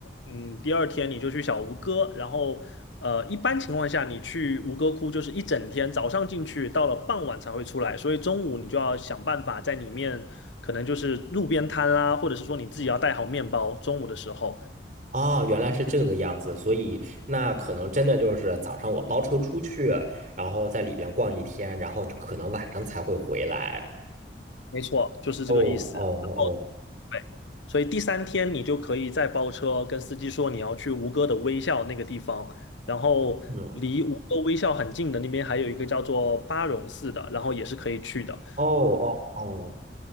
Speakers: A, on the left; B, on the right.
A: 嗯，第二天你就去小吴哥，然后呃，一般情况下你去吴哥窟就是一整天，早上进去，到了傍晚才会出来，所以中午你就要想办法在里面，可能就是路边摊啦，或者是说你自己要带好面包，中午的时候，
B: 啊，原来是这个样子，所以那可能真的就是早上我包车出去，然后在里边逛一天，然后可能晚上才会回来。
A: 没错，就是这个意思。
B: 哦哦哦，
A: 然后。对，所以第三天你就可以再包车，跟司机说你要去吴哥的微笑那个地方，然后离吴哥微笑很近的那边还有一个叫做巴戎寺的，
B: 嗯，哦
A: 然后也是可以去的。
B: 哦哦